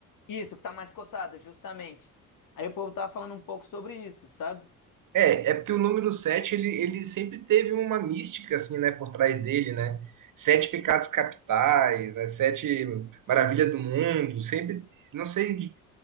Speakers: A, on the left (about 50°); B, on the right (about 45°).
A: isso, que tá mais cotado, justamente. Aí o povo tava falando um pouco sobre isso, sabe?
B: É, é porque o número 7 ele, ele sempre teve uma mística, assim, né, por trás dele, né? Sete pecados capitais, né? Sete maravilhas do mundo, sempre, não sei